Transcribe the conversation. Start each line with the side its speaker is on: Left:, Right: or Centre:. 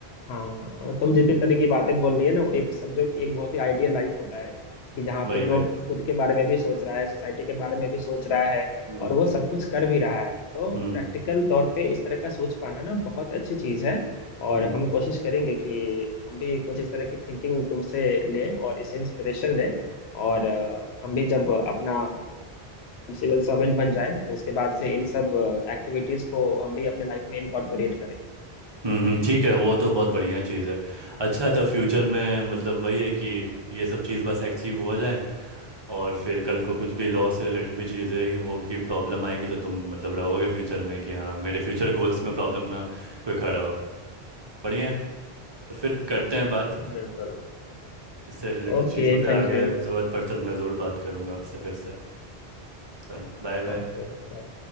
Left: हाँ तुम जितने तरह की बातें बोल रही है ना वो एक समझो कि एक बहुत ही आइडियल लाइफ होता है कि जहाँ
Right: वही
Left: पे लोग
Right: वही
Left: खुद के बारे में भी सोच रहा है सोसाइटी के बारे में भी सोच रहा है
Right: हम्म
Left: और वो सब कुछ कर भी रहा है तो
Right: हम्म
Left: प्रैक्टिकल तौर पे इस तरह का सोच पाना ना बहुत अच्छी चीज है और
Right: हम्म
Left: हम कोशिश करेंगे कि हम भी कुछ इस तरह की थिंकिंग तुमसे लें और इससे इंस्पिरेशन लें और अ, हम भी जब अपना सिविल सर्वेंट बन जाए तो उसके बाद से इन सब एक्टिविटीज को हम भी अपने लाइफ में इंकॉर्पोरेट करें
Right: हम्म हम्म, ठीक है वो तो बहुत बढ़िया चीज़ है अच्छा तो फ्यूचर में मतलब वही है कि ये सब चीज़ बस अचीव हो जाए और फिर कल को कुछ भी लॉ से रिलेटेड भी चीज़ें ही हो कि प्रॉब्लम आएगी तो तुम मतलब रहोगे फ्यूचर में कि हाँ मेरे फ्यूचर गोल्स में प्रॉब्लम ना कोई खड़ा हो बढ़िया है तो फिर करते हैं बात
Left: बिल्कुल
Right: इससे रिलेटेड
Left: Okay
Right: चीज़ों पे
Left: thank
Right: आगे
Left: you
Right: ज़रूरत पड़ता है तो मैं ज़रूर बात करूँगा आपसे फिर से चलो बाय बाय
Left: Okay bye